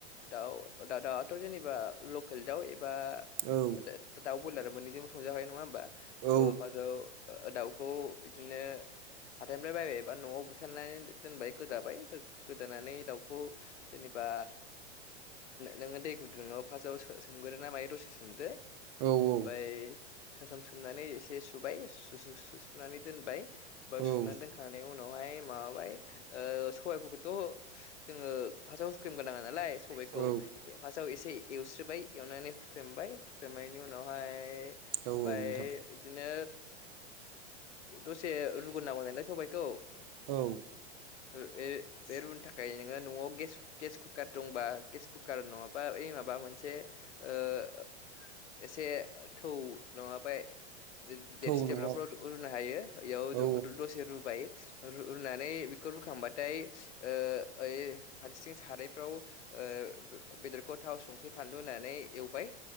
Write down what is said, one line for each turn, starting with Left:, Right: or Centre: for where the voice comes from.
Left: दाउ दा-दाउआथ' जेनेबा लकेल दाउ बा
Right: औ
Left: दा दाउ बयलार मोननैजोंबो संजाखायो नङा होमबा?
Right: औ
Left: स' फासआव ओ दाउखौ बिदिनो हाथाइनिफ्राय बायबायबा न'आव बुथारनानै दोनबाय गोदाबाय। गो-गोदानानै दाउखौ जेनेबा नोङो दै गुदुङाव फासआव सो-सोमगोरो ना मायो दसे सोमदो।
Right: औ औ
Left: ओमफाय
Right: औ
Left: सो-सोम-सोमनानै एसे सुबाय सु-सु-सु-सुनानै दोनबाय बा
Right: औ
Left: सुनानै दोनखांनानै उनाव उनावहाय माबाबाय ओ सबाइफोरखौथ' जोङो फासआव हुख्रेमगोनाङा दालाय। सबायखौ
Right: औ
Left: ए फास्टआव एसे एवस्रोबाय एवनानै हुख्रेमबाय हुख्रेमनायनि उनावहाय
Right: औ
Left: ओमफाय
Right: नोंथां
Left: इदिनो दसे रु नांगौ नालाय सबायखौ ओ
Right: औ
Left: ओ ए बे रुनो थाखाय नोङो न'आव गेस गेस कुकार दंबा गेस कुकार नङाबा ए माबा बा मोनसे ओ एसे थौ नङाबा दे-दे-दे-देबसिथेबलाफ्राव
Right: थौ न'आव
Left: रु-रुनो हायो इयाव
Right: औ
Left: द-दसे रुबाय। र-रुनानै बेखौ रुखांबाथाय ओ ओइ फारसेथिं सारायफ्राव ओ‌ बे-बेदरखौ थाव संख्रि फानलु होनानै एवबाय